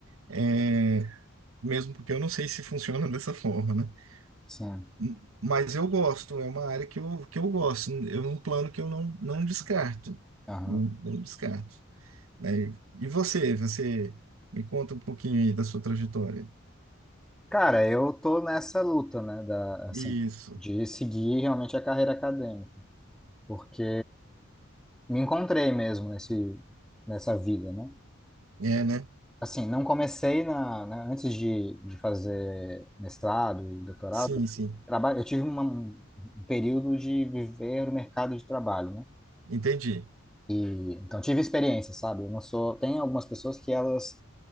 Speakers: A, on the right; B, in the centre.
A: É, mesmo porque eu não sei se funciona <laughs> dessa forma, né?
B: Sim.
A: M- Mas eu gosto, é uma área que eu, que eu gosto, é um plano que eu não, não descarto,
B: Aham.
A: não, não descarto. né? E você, você me conta um pouquinho aí da sua trajetória.
B: Cara, eu tô nessa luta, né, da, assim,
A: Isso,
B: de seguir realmente a carreira acadêmica, porque me encontrei mesmo nesse nessa vida, né?
A: é, né?
B: Assim, não comecei na, na- antes de, de fazer mestrado e doutorado.
A: Sim, sim,
B: Trabalho, eu tive uma- um período de viver o mercado de trabalho, né?
A: entendi.
B: E, então, tive experiência, sabe? Eu não sou. Tem algumas pessoas que elas